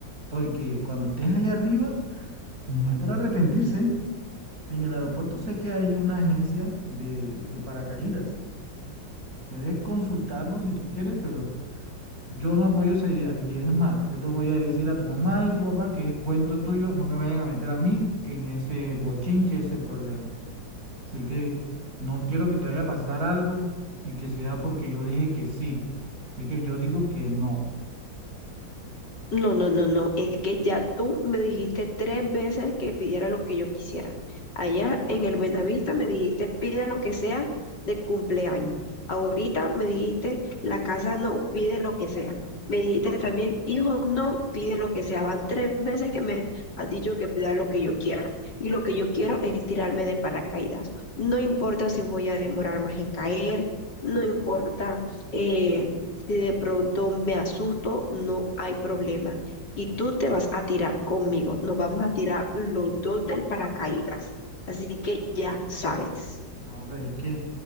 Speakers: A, on the right; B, on the left.
A: porque cuando estés allá arriba, no hay para arrepentirse. En el aeropuerto sé que hay una agencia de, de paracaídas. Puedes consultarlo si tú quieres, pero yo no apoyo esa idea. Y es más, yo le voy a decir a tu mamá y tu papá que es cuento tuyo, no me vayan a meter a mí en ese bochinche, ese problema. Así que no quiero que te vaya a pasar algo y que sea porque yo dije que sí. Así que yo digo que no.
B: No, no, no, no. Es que ya tú me dijiste tres veces que pidiera lo que yo quisiera. Allá en el Buenavista me dijiste pide lo que sea de cumpleaños. Ahorita me dijiste la casa no pide lo que sea. Me dijiste también hijo no pide lo que sea. Van tres veces que me has dicho que pida lo que yo quiera. Y lo que yo quiero es tirarme de paracaídas. No importa si voy a demorar más en caer. No importa. eh, si de pronto me asusto, no hay problema. Y tú te vas a tirar conmigo. Nos vamos a tirar los dos del paracaídas. Así que ya sabes.
A: No, pero es que